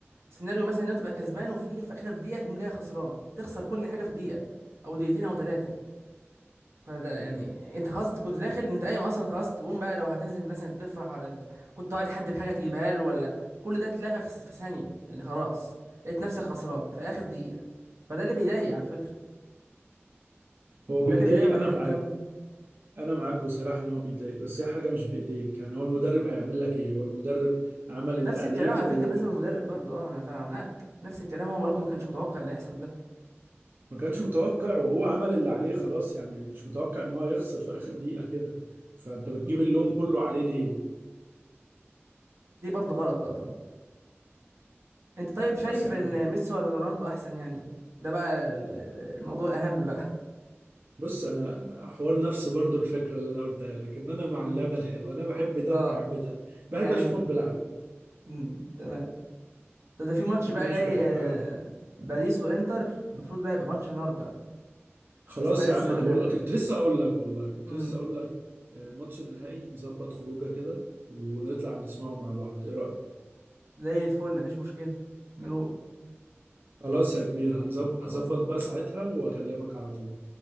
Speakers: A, on the right (about 75°); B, on the right (about 50°).
A: سيناريو مثلا لو تبقى كسبان وفي في اخر دقيقه تقوم جاي خسران تخسر كل حاجه في دقيقه او دقيقتين او ثلاثه فده يعني انت خلاص كنت داخل انت قايم اصلا خلاص تقوم بقى لو هتنزل مثلا تفرح ولا ت- كنت قاعد حد بحاجه تجيبها له ولا كل ده اتلغى في, في ثانيه يعني خلاص لقيت نفسك خسران في اخر دقيقه فده اللي بيضايق على فكره
B: هو بيضايق
A: ده اللي بيضايق وبيحرق
B: انا معاك
A: الدم
B: انا معاك بصراحه ان هو بيضايق بس هي حاجه مش بايديك يعني هو المدرب هيعمل لك ايه هو المدرب عمل اللي
A: نفس
B: عليه
A: الكلام
B: و...
A: على فكره بالنسبه للمدرب برضه اه انا فعلا معاك نفس الكلام هو برضه ما كانش متوقع اللي يحصل ده
B: ما كانش متوقع وهو عمل اللي عليه خلاص يعني مش متوقع ان هو يخسر في اخر دقيقة كده فانت بتجيب
A: مم.
B: اللوم كله عليه ليه
A: دي برضه غلط اه طبعا انت طيب شايف
B: بس يا
A: ان
B: عم
A: ميسي ولا رونالدو احسن يعني ده بقى ال- ال- الموضوع الاهم بقى
B: بص انا حوار نفسي برضو الفكرة اللي انا قلتها لك ان انا مع
A: مم.
B: اللعبة الحلوة انا بحب ده
A: اه
B: وبحب ده بحب
A: يعني
B: اشوفهم بيلعبوا
A: مم. تمام ده, ده في ماتش
B: يعني
A: بقى
B: انا مش
A: جاي
B: بحب
A: آه،
B: حد
A: باريس وانتر المفروض بقى يبقى ماتش نار بقى
B: خلاص
A: بس ده لسه
B: يا عم انا
A: بدري
B: بقول
A: عليه
B: لك كنت لسه اقول لك والله كنت
A: امم
B: لسه اقول لك آه، ماتش النهائي نظبط خروجه كده ونطلع نسمعه مع بعض ايه رأيك
A: زي الفل مفيش مشكلة نروح
B: خلاص يا كبير هنظب-
A: خلاص
B: هظبط
A: تمام
B: بقى ساعتها واكلمك على طول